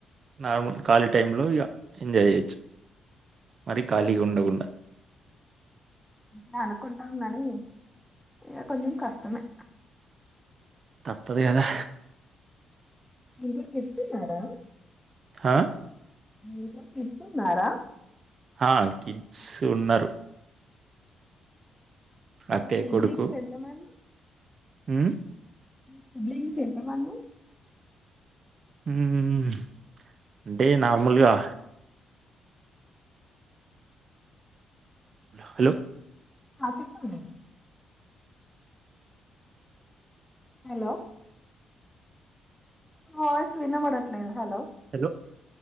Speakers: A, on the right; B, in the centre.
A: నార్మల్ ఖాళీ టైంలో ఇక ఎంజాయ్ చేయొచ్చు మరి ఖాళీగా ఉండకూండ
B: ఇగ అనుకుంటాం గని ఇక కొంచెం కష్టమే
A: తప్పదు కదా
B: ఇది చేస్తూన్నారా
A: హా
B: మీకు కిడ్సన్నారా
A: ఆ కిడ్స్ ఉన్నరు
B: మీ
A: అక్కయ్య
B: సిడ్లింగ్స్
A: కొడుకు
B: ఎంతమంది
A: ఉమ్
B: మీ సిబ్లింగ్ ఎంతమంది
A: ఉమ్ అంటే నార్మల్గా హలో
B: ఆ చెప్పండి హలో వయిస్ వినపడట్లేదు హలో
A: హలో